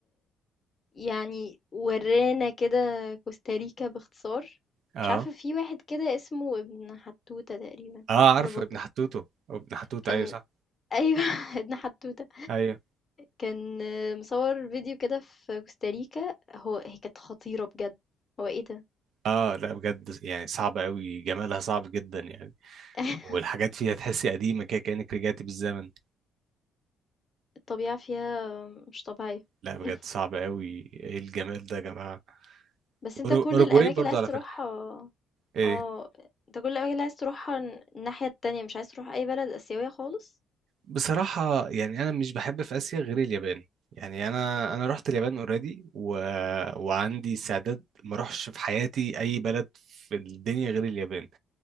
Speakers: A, on the left (about 25°); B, on the right (about 60°).
A: يعني ورانا كده كوستاريكا باختصار
B: اه
A: مش عارفة في واحد كده اسمه ابن حتوتة تقريبا
B: اه عارف
A: ابن بطة
B: ابن حتوتو ابن حتوتو
A: كان
B: ايوه صح
A: ايوه <laughs> ابن حتوتة
B: ايوه
A: كان آه، مصور فيديو كده في كوستاريكا هو هي كانت خطيرة بجد هو ايه ده
B: اه لا بجد يعني صعبة قوي جمالها صعب جدا يعني
A: <laughs>
B: والحاجات فيها تحسي قديمة كده كأنك رجعتي بالزمن
A: الطبيعة فيها مش طبيعية
B: لا
A: <laughs>
B: بجد صعبة قوي ايه الجمال ده يا جماعة
A: بس
B: أورو-
A: انت كل
B: اوروجواي
A: الأماكن
B: برضه
A: اللي عايز
B: على
A: تروحها
B: فكرة ايه
A: اه انت كل الأماكن اللي عايز تروحها الناحية التانية مش عايز تروح أي بلد آسيوية خالص
B: بصراحة يعني انا مش بحب في اسيا غير اليابان يعني انا انا رحت اليابان اوريدي و... وعندي استعداد ما اروحش في حياتي اي بلد في الدنيا غير اليابان